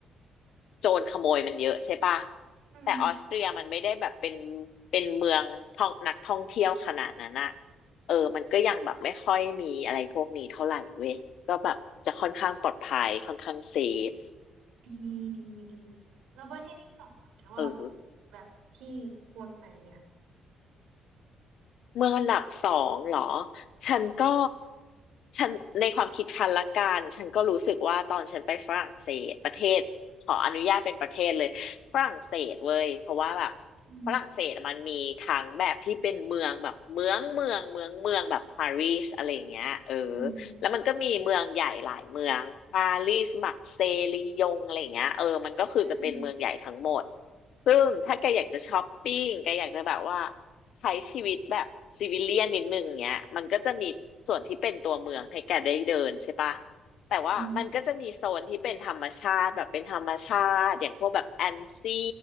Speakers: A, on the left (about 75°); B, on the right (about 85°).
A: โจรขโมยมันเยอะใช่ปะ
B: อืม
A: แต่ออสเตรียมันไม่ได้แบบเป็นเป็นเมืองท่องนักท่องเที่ยวขนาดนั้นอะเออมันก็ยังแบบไม่ค่อยมีอะไรพวกนี้เท่าไหร่เว้ยก็แบบจะค่อนข้างปลอดภัยค่อนข้างเซฟ
B: ดีดีดีแล้วประเทศที่สองอ่ะแต่ว่า
A: เออ
B: แบบที่ควรไปเลยอะ
A: เมืองอันดับสองเหรอ ฉันก็ฉันในความคิดฉันละกัน ฉันก็รู้สึกว่าตอนฉันไปฝรั่งเศสประเทศขออนุญาตเป็นประเทศเลย ฝรั่งเศสเว้ยเพราะว่าแบบ
B: อืม
A: ฝรั่งเศสมันมีทั้งแบบที่เป็นเมืองแบบเมืองเมืองเมืองเมืองแบบปารีสอะไรอย่างเงี้ยเออ
B: อืม
A: แล้วมันก็มีเมืองใหญ่หลายเมืองปารีสมักเซย์ลียงอะไรอย่างเงี้ยเออมันก็คือจะเป็นเมืองใหญ่ทั้งหมด
B: อืม
A: ซึ่งถ้าแกอยากจะช้อปปิ้งแกอยากจะแบบว่าใช้ชีวิตแบบซิวิเลียนนิดนึงเงี้ยมันก็จะมีส่วนที่เป็นตัวเมืองให้แกได้เดินใช่ปะแต่ว่ามันก็จะมีโซนที่เป็นธรรมชาติแบบเป็นธรรมชาติอย่างพวกแบบแอนซี่
B: อืม